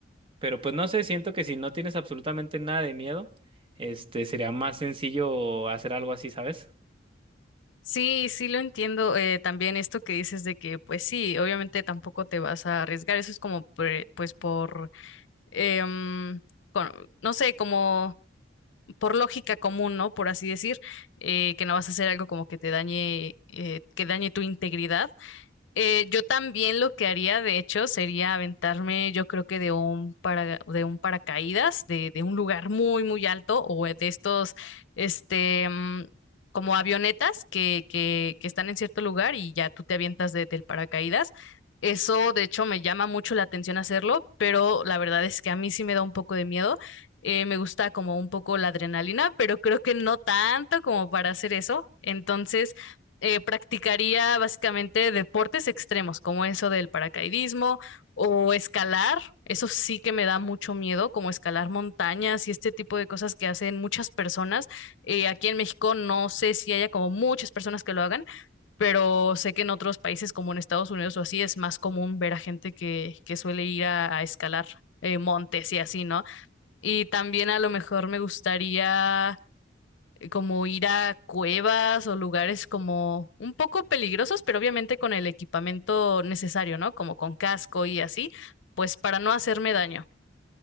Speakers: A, on the right; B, on the left.
A: pero pues no sé, siento que si no tienes absolutamente nada de miedo, este, sería más sencillo hacer algo así, ¿sabes?
B: Sí, sí lo entiendo. eh, también esto que dices de que, pues sí, obviamente tampoco te vas a arriesgar. Eso es como, pre- pues por, em, con- no sé, como por lógica común, ¿no? Por así decir, eh, que no vas a hacer algo como que te dañe, eh, que dañe tu integridad eh, yo también lo que haría, de hecho, sería aventarme, yo creo que de un para, de un paracaídas, de, de un lugar muy, muy alto, o de estos, este, mm, como avionetas que, que, que están en cierto lugar y ya tú te avientas de- del paracaídas. Eso, de hecho, me llama mucho la atención hacerlo, pero la verdad es que a mí sí me da un poco de miedo. Eh, me gusta como un poco la adrenalina, pero creo que no tanto como para hacer eso. Entonces, eh, practicaría básicamente deportes extremos, como eso del paracaidismo o escalar. Eso sí que me da mucho miedo, como escalar montañas y este tipo de cosas que hacen muchas personas. Eh, aquí en México no sé si haya como muchas personas que lo hagan, pero sé que en otros países como en Estados Unidos o así es más común ver a gente que, que suele ir a, a escalar. eh, montes y así, ¿no? Y también a lo mejor me gustaría eh, como ir a cuevas o lugares como un poco peligrosos, pero obviamente con el equipamiento necesario, ¿no? Como con casco y así, pues para no hacerme daño.